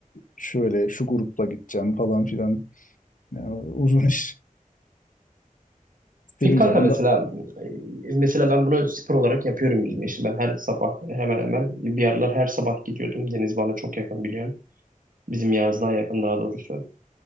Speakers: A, on the left; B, on the right.
A: şöyle şu grupla gideceğim falan filan. Yani uzun <laughs> iş istediğim
B: Peki kanka
A: zaman
B: mesela
A: da
B: e, mesela ben bunu spor olarak yapıyorum yüzme işi. Ben her sabah hemen hemen bir aralar her sabah gidiyordum. Deniz bana çok yakın biliyorsun. Bizim yazlığa yakın daha doğrusu.